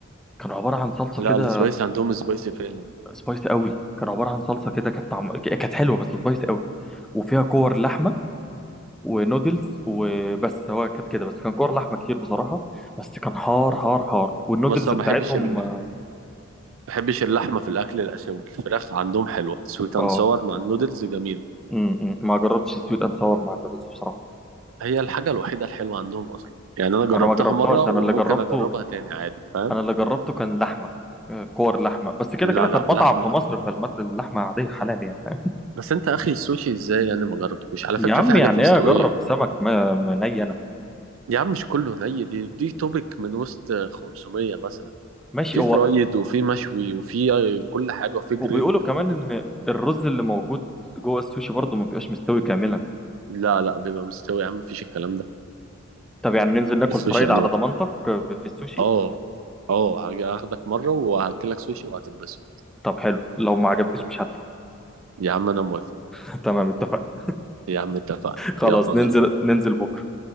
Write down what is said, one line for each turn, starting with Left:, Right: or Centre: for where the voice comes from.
Centre: كان عباره عن صلصه
Right: لا
Centre: كده
Right: السبايسي عندهم سبايسي فعلا
Centre: سبايسي قوي كان عباره عن صلصه كده كانت طعم... كانت حلوه بس سبايسي قوي وفيها كور لحمه ونودلز وبس هو كانت كده بس كان كور لحمه كتير بصراحه بس كان حار حار حار والنودلز
Right: بس أنا
Centre: بتاعتهم
Right: ما بحبش ال...
Centre: اه
Right: ما بحبش اللحمة في الأكل الآسيوي الفراخ عندهم حلوة سويت أند
Centre: آه.
Right: ساور مع النودلز جميلة
Centre: م- م. ما جربتش سويت اند ساور مع النودلز بصراحه
Right: هي الحاجة الوحيدة الحلوة عندهم أصلا يعني أنا جربتها
Centre: ما انا ما جربتهاش
Right: مرة وممكن
Centre: انا اللي جربته
Right: أجربها تاني عادي فاهم
Centre: انا اللي جربته كان لحمه آه، كور لحمه بس كده
Right: لا
Centre: كده
Right: لا
Centre: كان
Right: لحمة
Centre: مطعم في مصر فالمت اللحمه عاديه حلال يعني
Right: بس أنت أخي السوشي إزاي يعني ما جربتهوش على
Centre: يا
Right: فكرة
Centre: عم
Right: في حاجات
Centre: يعني
Right: مستوية
Centre: ايه اجرب سمك ما ما ني انا
Right: يا عم مش كله ني دي دي توبك من وسط 500 مثلا
Centre: ماشي
Right: في
Centre: هو
Right: فرايد وفي مشوي وفي كل حاجة وفي جريلد
Centre: وبيقولوا كمان
Right: وفي كل
Centre: ان
Right: حاجة
Centre: الرز اللي موجود جوه السوشي برضه ما بيبقاش مستوي كاملا
Right: لا لا بيبقى مستوي يا عم مفيش الكلام ده
Centre: طب يعني ننزل ناكل
Right: السوشي
Centre: فرايد
Right: انواع
Centre: على ضمانتك في السوشي
Right: اه اه هاجي اخدك مره وهاكلك سوشي وهتتبسط
Centre: طب حلو لو ما عجبنيش مش هدفع
Right: يا عم انا موافق
Centre: <laughs> تمام اتفقنا
Right: يا عم اتفقنا
Centre: خلاص
Right: يلا بينا
Centre: ننزل ننزل بكره